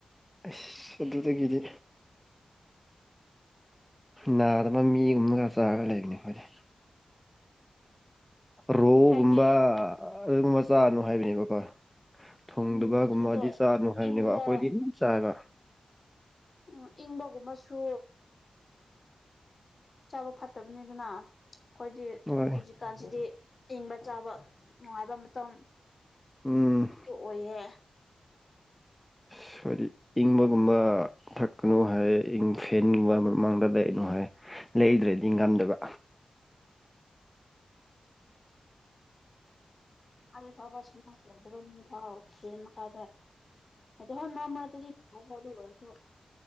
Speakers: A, in the centre; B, on the left (about 40°).
A: ꯑꯁ ꯑꯗꯨꯗꯒꯤꯗꯤ ꯅꯥꯗꯕ ꯃꯒꯨꯝ <inaudible> ꯎꯃꯒ ꯆꯒ ꯂꯩꯒꯅꯤ ꯐꯔꯦ ꯔꯣꯒꯨꯝꯕ
B: ꯍꯥꯏꯗꯤ
A: ꯑꯗꯨꯒꯨꯝ ꯃꯆꯥꯅꯨ ꯍꯥꯏꯕꯅꯦꯕꯀꯣ ꯊꯨꯡꯗꯕꯒꯨꯝꯕꯗꯤ
B: ꯎꯝ ꯑꯗꯨꯒ
A: ꯆꯥꯅꯨ ꯍꯥꯏꯕꯅꯦꯕ
B: ꯏꯪꯕ
A: ꯑꯩꯈꯣꯏꯗꯤ ꯑꯗꯨꯝ ꯆꯥꯏꯕ
B: ꯎꯝ ꯏꯪꯕꯒꯨꯝꯕꯁꯨ ꯆꯥꯕ ꯐꯠꯇꯕꯅꯤꯅ ꯑꯩꯈꯣꯏꯗꯤ
A: ꯍꯣꯏ
B: ꯍꯧꯖꯤꯛꯀꯥꯟꯁꯤꯗꯤ ꯏꯪꯕ ꯆꯥꯕ ꯅꯨꯡꯉꯥꯏꯕ ꯃꯇꯝ
A: ꯎꯝ
B: ꯇ ꯑꯣꯏꯍꯦ
A: <unintelligible> ꯍꯥꯏꯗꯤ ꯏꯪꯕꯒꯨꯝꯕ ꯊꯛꯀꯅꯨ ꯍꯥꯏ ꯏꯪ ꯐꯦꯟꯒꯨꯝꯕ ꯃꯃꯥꯡꯗ ꯂꯩꯏꯩꯅꯣ ꯍꯥꯏ ꯂꯩꯗ꯭ꯔꯗꯤ ꯉꯝꯗꯕ
B: ꯑꯦ ꯄꯕꯥ ꯁꯃꯇꯔꯗꯕ ꯊꯥꯎ ꯈ ꯃꯈ ꯀꯥꯗ ꯑ ꯃ ꯃꯔꯔꯗꯤ ꯊ ꯐꯗ ꯑꯣꯏꯔꯁꯨ